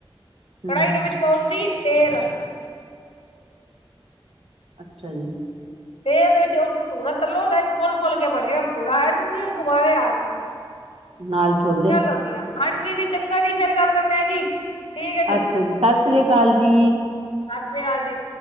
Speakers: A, on the right; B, on the left.
A: ਹੂੰ
B: ਕੜਾਹੀ
A: ਹੂੰ
B: ਦੇ ਵਿੱਚ ਪਾਓ ਤੁਸੀਂ ਤੇਲ
A: ਅੱਛਾ ਜੀ।
B: ਤੇਲ ਦੇ ਵਿੱਚ ਉਹ ਭਠੂਰਾ ਤਲੋ ਦਾ ਫੁੱਲ-ਫੁੱਲ ਕੇ ਬਣੇਗਾ ਭਠੂਰਾ ਐੰਝ। ਗੁਬਾਰੇ ਆਂਦਾ
A: ਨਾਲ ਛੋਲੇ
B: ਚੱਲੋ ਗਿਆ। ਹਾਂਜੀ ਜੀ ਚੰਗਾ ਜੀ ਫੇਿਰ ਗੱਲ ਕਰਨੇ ਆ ਜੀ ਠੀਕ ਹੈ
A: ਅੱਛਾ ਜੀ ਸਤਿ ਸ੍ਰੀ ਅਕਾਲ ਜੀ।
B: ਸਸਿ ਸ਼੍ਰੀ ਕਾਲ ਜੀ।